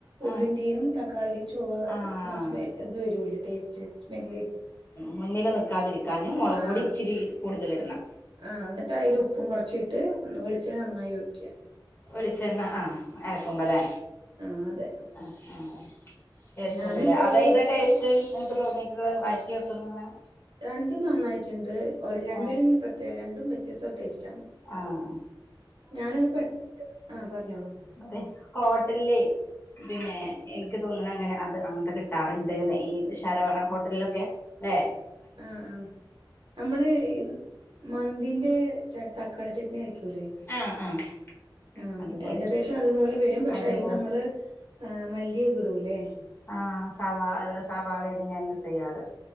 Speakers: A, on the right; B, on the left.
A: ഉള്ളിന്റെയും
B: ആഹ്
A: തക്കാളി ചൊവസ്മെ
B: ആഹ്
A: ഇത് വരൂലേ ടേസ്റ്റ് സ്മെല്ല്
B: മുന്നിൽ നിൽക്കാതിരിക്കാന് മൊ ളകൊടി
A: ആഹ്
B: ഇച്ചിരി കൂടുതൽ ഇടണം
A: ആഹ് എന്നിട്ട് അതിൽ ഉപ്പും കൊ റച്ചിട്ട് വെളിച്ചെണ്ണ നന്നായി ഒഴിക്കുക
B: വിളിച്ചെണ്ണ ആ അരക്കുമ്പല്ലേ
A: ആഹ് അതെ
B: ആഹ് ആഹ് ടേസ്റ്റ്
A: ഞാനിപ്പോ
B: ഉണ്ടല്ലേ അത
A: അത്
B: ഇതാ ടേസ്റ്റ് എനിക്ക് തോന്നിയിട്ടുള്ളത് വയറ്റി വെക്കുന്നതാണ്
A: രണ്ടും നന്നായിട്ടുണ്ട് ഒര് രണ്ടിലും
B: ആഹ്
A: പ്രത്യേക രണ്ടും വ്യത്യസ്ത ടേസ്റ്റാണ്
B: ആഹ്
A: ഞാനങ്ങ് പെട്ട് ആ പറഞ്ഞോളൂ
B: അതെ ഹോട്ടലിലെ പിന്നെ എനിക്ക് തോന്നണ് അങ്ങനെ അത് അങ്ങനത്തെ കിട്ടാറുണ്ട് ഈ വിഷാരവാട ഹോട്ടലിലൊക്കെ അതെ
A: ആഹ് ആഹ് നമ്മള് മന്തിന്റെ തക്കാളി ചട്ടിണി വേക്കൂലേ
B: ആഹ് ആഹ്
A: ആഹ്
B: അതുപോലെ
A: ഏകദേശം അതുപോലെ വരും പക്ഷെ
B: അതുപോ
A: അതിന് നമ്മള് ആഹ് മല്ലിയെക്കിടൂലെ
B: ആഹ് സവാ സവാളേണ് ഞാൻ യൂസെയ്യാറ്